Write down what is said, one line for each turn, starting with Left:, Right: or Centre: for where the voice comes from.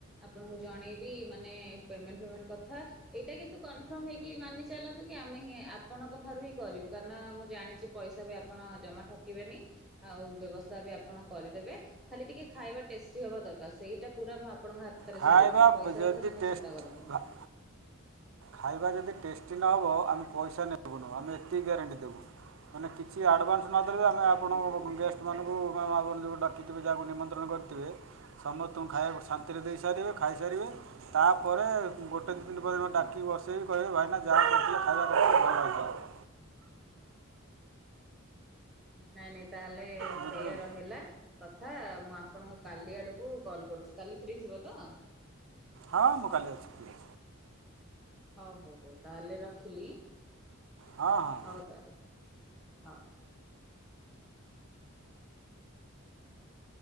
Centre: ଆପଣଙ୍କୁ ଜଣେଇବି ମାନେ ପେମେଣ୍ଟ ଫେମେଣ୍ଟ କଥା। ଏଇଟା କିନ୍ତୁ କନଫର୍ମ ହେଇକି ମାନି ଚାଲନ୍ତୁ କି ଆମେ ହିଁ ଆପଣଙ୍କ ଠାରୁ ହିଁ କରିବୁ। କାରଣ ମୁଁ ଜାଣିଚି ପଇସା ବି ଆପଣ ଜମା ଠକିବେନି। ଆଉ ବ୍ୟବସ୍ଥା ବି ଆ ଆପଣ କରିଦେବେ। ଖାଲି ଟିକେ ଖାଇବା ଟେଷ୍ଟି ହବା ଦରକାର। ସେଇଟା ପୁରା ମୁଁ ଆପଣଙ୍କ ହା ହାତ ରେ
Right: ଖାଇବା
Centre: ଛାଡିଲି, ପଇସା
Right: ଯଦି
Centre: କଥା ଜମା
Right: ଟେଷ୍ଟ
Centre: ଚିନ୍ତା କରନ୍ତୁନି।
Right: ଖାଇବା ଯଦି ଟେଷ୍ଟି ନହବ ଆମେ ପଇସା ନେବୁନୁ। ଆମେ ଏତିକି ଗ୍ୟାରେଣ୍ଟି ଦେବୁ। ମାନେ କିଛି ଆଡ଼ଭାନ୍ସ ନଦେଲେ ବି ଆମେ ଆପଣ ଗେଷ୍ଟମାନଙ୍କୁ ଆପଣ ଯେଉଁ ଡାକିଥିବେ ଯାହାକୁ ନିମନ୍ତ୍ରଣ କରି ଥିବେ ସମସ୍ତଙ୍କୁ ଖାଇବାକୁ ଶାନ୍ତିରେ ଦେଇସାରିବେ ଖାଇସାରିବେ। ତାପରେ ଗୋଟେ ଦି ଦିନ ପରେ ମତେ ଡାକ୍ କି କି ବସେଇବେ କହିବେ ଭାଇନା ଯାହା କରିଥିଲେ ଖାଇବା କରିଥିଲେ ଭଲ ହେଇଥିଲା।
Centre: ନାଇଁ ନାଇଁ ତାହେଲେ
Right: ବୁଝିପାରିଲେ
Centre: ସେଇଆ ରହିଲା। କଥା, ମୁଁ ଆପଣଙ୍କୁ କାଲି ଆଡକୁ କଲ୍ କରୁଚି। କାଲି ଫ୍ରି ଥିବ ତ?
Right: ହଁ ମୁଁ କାଲି ଅଛି ଫ୍ରି।
Centre: ହଉ ହଉ ହଉ ତାହେଲେ ରଖିଲି।
Right: ହଁ ହଁ।
Centre: ହଉ ତାହେଲେ ହଉ।